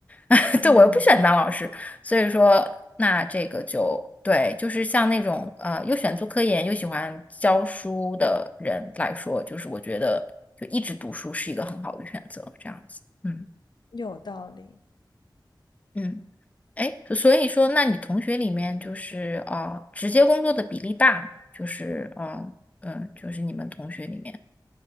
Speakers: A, on the left; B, on the left.
A: <laughs> 对，
B: 嗯，
A: 我又不喜欢当老师，所以说那这个就对，就是像那种呃又选做科研又喜欢教书的人来说，就是我觉得就一直读书是一个很好的选择，这样子，嗯。
B: 有道理。
A: 嗯。哎，所以说，那你同学里面就是啊、呃直接工作的比例大吗就是啊，呃嗯、就是你们同学里面，